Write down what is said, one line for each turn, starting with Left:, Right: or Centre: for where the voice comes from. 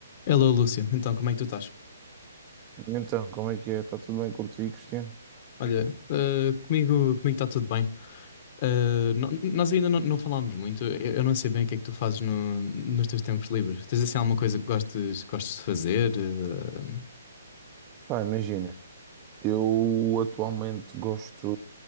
Left: Hello, Lúcia. Então, como é que tu estás?
Right: Então, como é que é? Está tudo bem contigo, Cristiano?
Left: Olha, eh, comigo comigo está tudo bem. Eh, no- nós ainda não, não falámos muito. Eu, eu não sei bem o que é que tu fazes no- nos teus tempos livres. Tens assim alguma coisa que gostes, gostes de fazer? Eh,
Right: Pá, imagina, eu atualmente gosto,